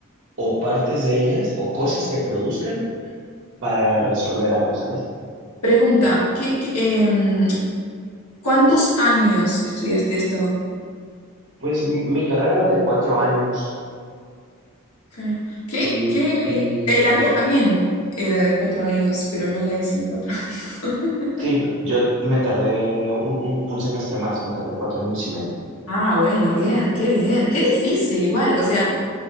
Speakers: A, on the right; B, on the left.
A: o partes de ellas o cosas que produzcan para resolver algo, ¿sabes?
B: Pregunta, ¿qué, qué, em, ¿cuántos años estudiaste esto?
A: Pues mi mi carrera de cuatro años
B: Claro. ¿Qué,
A: y,
B: qué?
A: y
B: eh, la mía también era de cuatro años, pero no la hice en cuatro <laughs> años.
A: Sí, p- yo me tardé un, un- un semestre más, me tardé cuatro años y medio.
B: Ah, bueno, bien, qué bien, qué difícil igual, o sea.